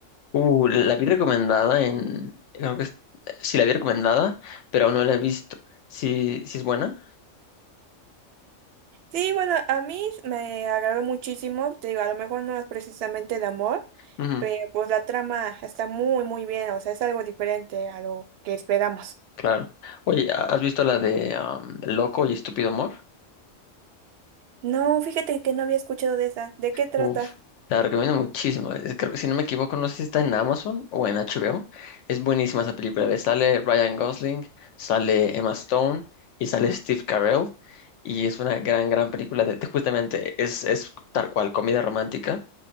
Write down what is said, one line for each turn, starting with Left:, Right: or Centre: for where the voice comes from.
Left: Uh, la vi recomendada en, creo que es- sí la vi recomendada, pero aún no la he visto. Sí, sí es buena.
Right: Sí, bueno, a mí me agradó muchísimo. Te digo, a lo mejor no es precisamente de amor,
Left: Ujú.
Right: pero pues la trama está muy, muy bien. O sea, es algo diferente a lo que esperamos.
Left: Claro. Oye, ¿has visto la de am, Loco y Estúpido Amor?
Right: No, fíjate que no había escuchado de esa. ¿De qué trata?
Left: Uf, te la recomiendo muchísimo. Es- creo que si no me equivoco, no sé si está en Amazon o en HBO. Es buenísima esa película. Ve, Sale Ryan Gosling, sale Emma Stone y sale Steve Carell. Y es una gran, gran película de, de justamente, es, es tal cual, comedia romántica.